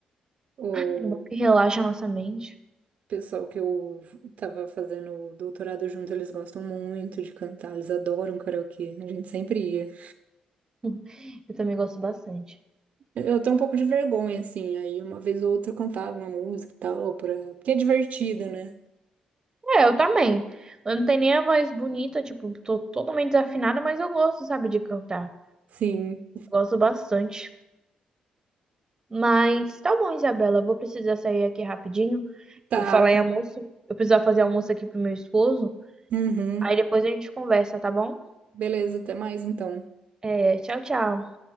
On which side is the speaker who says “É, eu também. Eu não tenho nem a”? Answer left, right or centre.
Right